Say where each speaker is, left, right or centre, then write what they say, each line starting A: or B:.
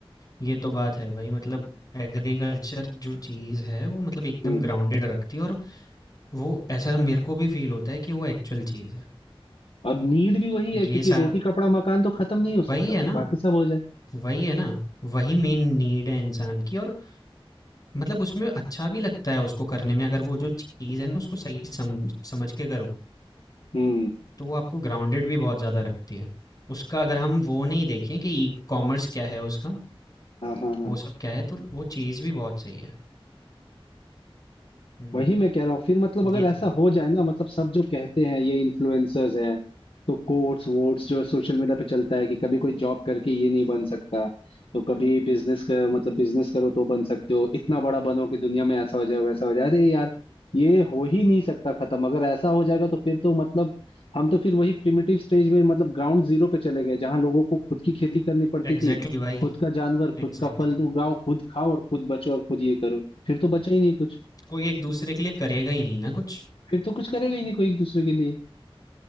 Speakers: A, on the left; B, on the left.
A: ये तो बात है भाई मतलब एग्रीकल्चर जो चीज़ है वो मतलब एकदम
B: हम्म
A: ग्राउंडेड रखती है और वो ऐसा मेरे को भी फील होता है कि वो एक्चुअल चीज़ है
B: और नीड भी वही है
A: ये
B: क्योंकि
A: सा
B: रोटी कपड़ा मकान तो खत्म नहीं हो
A: वही
B: सकता
A: है
B: भाई
A: ना
B: बाकी सब हो जाए
A: वही है ना वही मेन नीड है इंसान की और मतलब उसमें अच्छा भी लगता है उसको करने में अगर वो जो चीज़ है ना उसको सही सम, समझ के करो
B: हम्म
A: तो वो आपको ग्राउंडेड भी बहुत ज़्यादा रखती है उसका अगर हम वो नहीं देखें कि ई कॉमर्स क्या है उसका
B: हाँ हाँ हाँ
A: वो सब क्या है तो वो चीज़ भी बहुत सही है हम्म
B: वही मैं कह रहा हूँ फिर मतलब अगर
A: ये
B: ऐसा
A: तो है
B: हो जाए ना मतलब सब जो कहते हैं ये इन्फ्लुएंसर्स हैं तो कोट्स वोट्स जो सोशल मीडिया पे चलता है कि कभी कोई जॉब करके ये नहीं बन सकता तो कभी बिजनेस कर मतलब बिजनेस करो तो बन सकते हो इतना बड़ा बनो कि दुनिया में ऐसा हो जाए वैसा हो जाए अरे यार ये हो ही नहीं सकता खत्म अगर ऐसा हो जाएगा तो फिर तो मतलब हम तो फिर वही प्रिमिटिव स्टेज में मतलब ग्राउंड जीरो पे चले गए जहां लोगों को खुद की खेती करनी पड़ती
A: एग्जैक्टली
B: थी
A: exactly भाई
B: खुद का जानवर खुद
A: Exactly
B: का फल
A: exactly.
B: उगाओ खुद खाओ और खुद बचो और खुद ये करो फिर तो बचा ही नहीं कुछ
A: कोई एक दूसरे के लिए करेगा ही नहीं ना कुछ
B: फिर तो कुछ करेगा ही नहीं कोई एक दूसरे के लिए